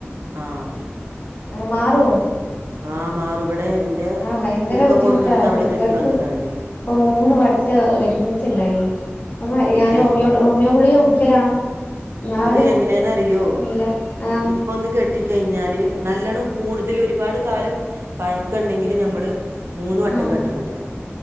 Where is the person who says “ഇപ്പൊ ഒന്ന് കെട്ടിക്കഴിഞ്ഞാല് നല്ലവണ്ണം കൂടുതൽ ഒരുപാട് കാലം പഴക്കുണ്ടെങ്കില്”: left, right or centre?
Right